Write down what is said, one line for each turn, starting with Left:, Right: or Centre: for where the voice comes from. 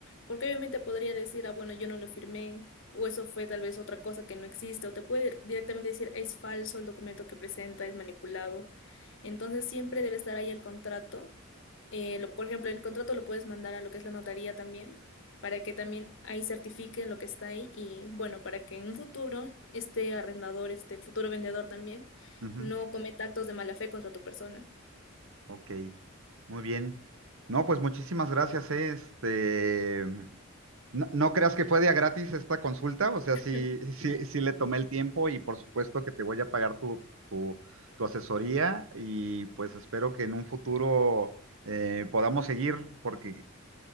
Left: porque obviamente podría decir, ah, bueno, yo no lo firmé, o eso fue tal vez otra cosa que no existe, o te puede directamente decir, es falso el documento que presenta, es manipulado. Entonces siempre debe estar ahí el contrato. Eh, lo, por ejemplo, el contrato lo puedes mandar a lo que es la notaría también, para que también ahí certifiquen lo que está ahí y bueno, para que en un futuro este arrendador, este futuro vendedor también,
Right: Ujú,
Left: no cometa actos de mala fe contra tu persona.
Right: Ok, muy bien. No, pues muchísimas gracias, eh, este, No, no creas que fue de a gratis esta consulta, o sea,
Left: <laughs>
Right: sí, sí, sí le tomé el tiempo y por supuesto que te voy a pagar tu, tu, tu asesoría y pues espero que en un futuro eh, podamos seguir porque,